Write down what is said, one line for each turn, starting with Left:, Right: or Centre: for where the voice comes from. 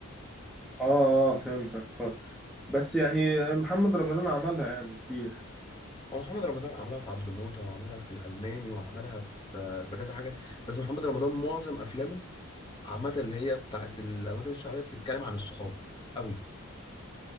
Centre: اه اه فهمتك اه بس يعني محمد رمضان عملها يعني كتير
Left: هو محمد رمضان عملها في عبده موتة وعملها في الألماني وعملها في في كذا حاجة بس محمد رمضان معظم أفلامه عامة اللي هي بتاعت الأماكن الشعبية بتتكلم عن الصحاب قوي